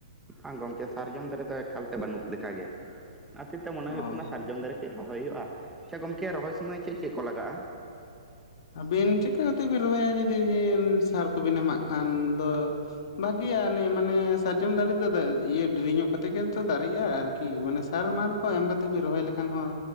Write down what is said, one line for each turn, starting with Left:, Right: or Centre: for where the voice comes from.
Centre: ᱵᱟᱝ ᱜᱚᱝᱠᱮ ᱥᱟᱨᱡᱚᱢ ᱫᱟᱨᱮ ᱫᱚ ᱮᱠᱟᱞᱛᱮ ᱵᱟᱹᱱᱩᱜ ᱞᱮᱠᱟᱜᱮ ᱟᱨ ᱛᱤᱨ ᱛᱮ ᱢᱚᱱᱮ ᱦᱩᱭᱩᱜ
Left: ᱚ
Centre: ᱠᱟᱱᱟ ᱥᱟᱨᱡᱚᱢ ᱫᱟᱨᱮ ᱪᱮᱜ ᱨᱚᱦᱚᱭ ᱦᱩᱭᱩᱜᱼᱟ᱾ ᱪᱷᱟ ᱜᱚᱢᱠᱮ ᱨᱚᱦᱚᱭ ᱥᱩᱢᱟᱹᱭ ᱪᱮᱜ ᱪᱮᱜ ᱠᱚ ᱞᱟᱜᱟᱜᱼᱟ?
Left: ᱟᱹᱵᱤᱱ ᱪᱤᱠᱟᱹ ᱛᱮᱵᱮᱱ ᱨᱚᱦᱚᱭᱟ ᱡᱩᱫᱤ ᱥᱟᱨ ᱠᱚᱵᱤᱱ ᱮᱢᱟᱜ ᱠᱷᱟᱱ ᱫᱚ ᱵᱷᱟᱜᱤᱭᱟ ᱚᱱᱮ ᱢᱟᱱᱮ ᱥᱟᱨᱡᱚᱢ ᱫᱟᱨᱮ ᱫᱚ ᱤᱭᱟᱹ ᱰᱮᱨᱤᱧᱚᱜ ᱠᱟᱛᱮᱜ ᱜᱮ ᱛᱚ ᱫᱟᱨᱮᱜᱼᱟ ᱟᱨᱠᱤ ᱢᱟᱱᱮ ᱥᱟᱨᱢᱟᱨ ᱠᱚ ᱮᱢ ᱠᱟᱛᱮᱜ ᱵᱤᱱ ᱨᱚᱦᱚᱭ ᱞᱮᱠᱷᱟᱱ ᱦᱚᱸ